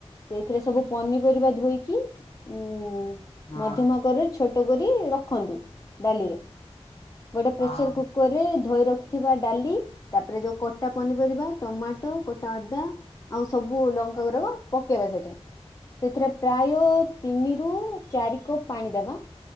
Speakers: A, on the left; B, on the left.
A: ସେଇଥିରେ ସବୁ ପନିପରିବା ଧୋଇକି ଉଁ
B: ହଁ
A: ମଧ୍ୟମ କରରେ ଛୋଟ କରି ରଖନ୍ତୁ ଡାଲିରେ ଗୋଟେ ପ୍ରେସର
B: ହଁ ହଁ
A: କୁକର ରେ ଧୋଇ ରଖିଥିବା ଡାଲି ତାପରେ ଯୋଉ କଟା ପନିପରିବା ଟମାଟୋ, କଟା ଅଦା। ଆଉ ସବୁ ଲଙ୍କା ଗୁରାକ ପକେଇବା ସେଠି। ସେଥିରେ ପ୍ରାୟ ତିନିରୁ ଚାରି କପ ପାଣି ଦେବା।